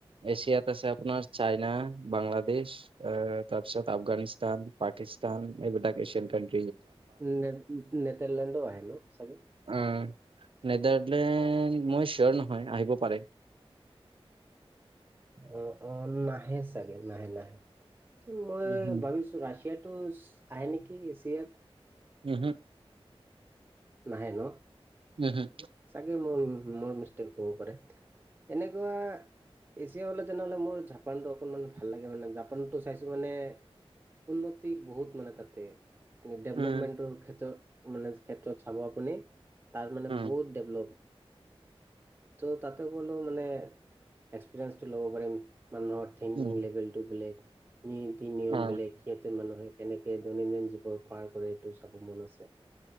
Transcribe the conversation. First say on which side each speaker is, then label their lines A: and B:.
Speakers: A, on the right (about 60°); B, on the right (about 20°).
A: এছিয়াত আছে আপোনাৰ চাইনা, বাংলাদেশ। আহ, তাৰপিছত আফগানিস্তান, পাকিস্তান, এইবিলাক এছিয়ান কানট্ৰি।
B: নে, নেদৰলেণ্ডো আহ ন চাগি।
A: উম, নেডাৰলেণ্ড মই চিয়ৰ নহয় আহিব পাৰে।
B: অ, অ, নাহে চাগে নাহে নাহে মই
A: উহু
B: ভাবিছো। ৰাছিয়া টো আহে নেকি এছিয়াত।
A: উম, হম।
B: নাহে ন।
A: হয়, উম।
B: চাগে মোৰ মোৰ মিষ্টেক হ'ব পাৰে এনেকুৱা। এছিয়া হ'লে তেনেহ'লে মোৰ জাপানটো অকনমান ভাল লাগে মানে জা নটো, চাইছো মানে উন্নতি বহুত মানে তাতে। ডেভলপমেণ্টৰ
A: উম
B: ক্ষেত্ৰত মানে ক্ষেত্ৰত চাব আপুনি, তাৰ মানে
A: উম
B: বহুত ডেভলপ <unintelligible> ত' তাতে গ'লেও মানে এক্সপিৰিয়েঞ্চটো ল'ব পাৰিম মানুহৰ থিংকিং
A: উম
B: লেভেলটো বেলেগ, নীতি নিয়ম
A: অ
B: বেলেগ। সিহঁতে মানুহে কেনেকে দৈনন্দিন জীৱন পাৰ কৰে, এইটো চাব মন আছে।